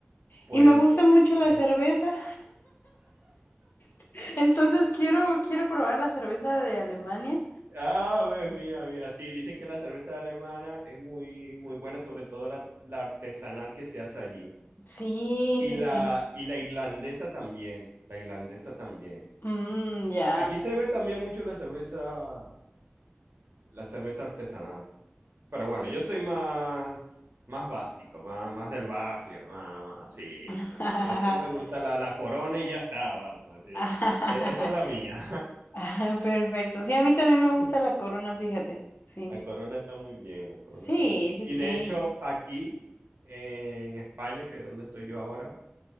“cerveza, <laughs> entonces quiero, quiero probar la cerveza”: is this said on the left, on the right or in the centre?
Left